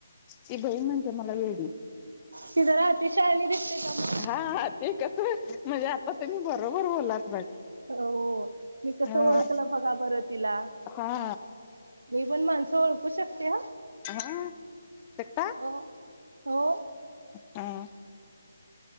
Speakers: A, on the left (about 20°); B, on the right (about 80°).
A: ती बहीण म्हणतेे मला येडी.
B: ती जरा अती शाहनी दिसते का म?
A: हा ते कसं म्हणजे आता बरोबर बोललात.
B: हो मी कसं
A: हा
B: ओळखलं बघा बरं तिला.
A: हा
B: मी पण माणसं ओळखू शकते हा.
A: हा. सकता
B: हो हो.
A: हां.